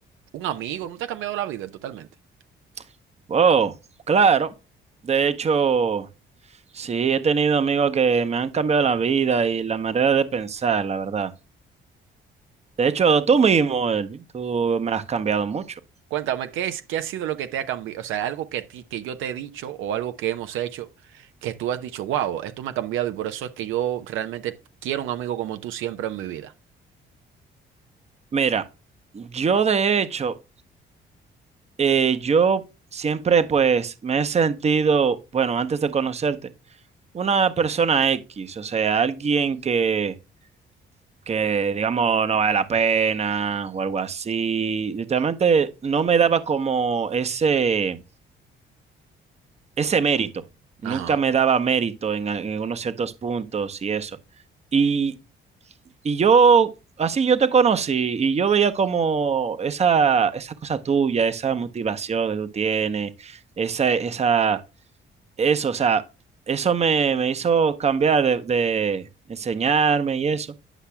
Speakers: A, on the right (about 85°); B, on the right (about 35°).
A: un amigo no te ha cambiado la vida totalmente.
B: <laughs> Oh, claro. De hecho, sí, he tenido amigos que me han cambiado la vida y la manera de pensar, la verdad. De hecho, tú mismo, Elvin, tú me has cambiado mucho.
A: Cuéntame, ¿qué es, qué ha sido lo que te ha cambiado? O sea, algo que a ti, que yo te he dicho o algo que hemos hecho que tú has dicho, wow, esto me ha cambiado y por eso es que yo realmente quiero un amigo como tú siempre en mi vida.
B: Mira, yo de hecho eh, yo siempre pues me he sentido, bueno, antes de conocerte, una persona X, o sea, alguien que, que digamos no vale la pena o algo así. Literalmente no me daba como ese, ese mérito, nunca
A: Ajá.
B: me daba mérito en, al- en unos ciertos puntos y eso. Y, y yo, así yo te conocí y yo veía como esa, esa cosa tuya, esa motivación que tú tienes, esa, esa eso, o sea, eso me, me hizo cambiar de, de enseñarme y eso.